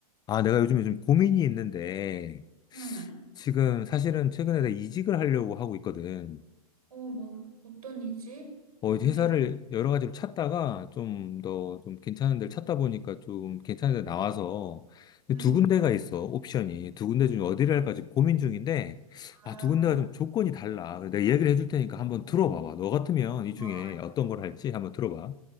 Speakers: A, on the left; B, on the right.
A: 아, 내가 요즘에 좀 고민이 있는데,
B: 응.
A: 지금 사실은 최근에 내가 이직을 하려고 하고 있거든.
B: 어, 뭐, 어떤 이지?
A: 어, 이제
B: 어디로?
A: 회사를 여러 가지로 찾다가 좀 더 좀 괜찮은 데를 찾다 보니까 좀 괜찮은 데 나와서
B: 응.
A: 두 군데가 있어, 옵션이. 두 군데 중에 어디를 할까 지금 고민 중인데,
B: 아,
A: 아, 두 군데가 좀 조건이 달라. 내가 얘기를 해줄 테니까 한번 들어봐봐. 너 같으면
B: 뭐,
A: 이 중에 어떤 걸 할지 한번 들어봐.